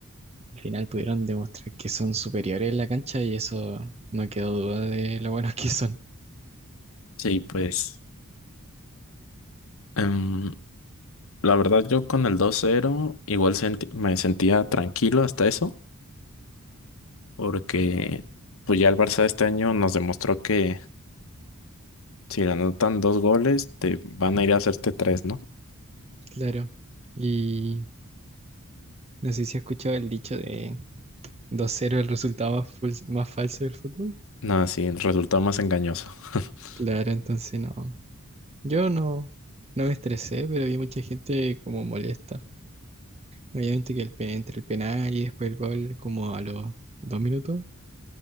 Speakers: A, on the right (about 30°); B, on the left (about 65°).
A: Al final pudieron demostrar que son superiores en la cancha y eso no quedó duda de lo buenos que son.
B: Sí, pues em, la verdad yo con el dos cero igual senti- me sentía tranquilo hasta eso. porque pues ya el Barça este año nos demostró que si le anotan dos goles, te van a ir a hacerte tres, ¿no?
A: Claro. Y no sé si has escuchado el dicho de dos cero el resultado más, ful- más falso del fútbol.
B: Nada, sí, el resultado más engañoso. <laughs>
A: Claro, entonces no. Yo no, no me estresé, pero vi mucha gente como molesta. Obviamente que el, pe- entre el penal y después el gol, como a los dos minutos,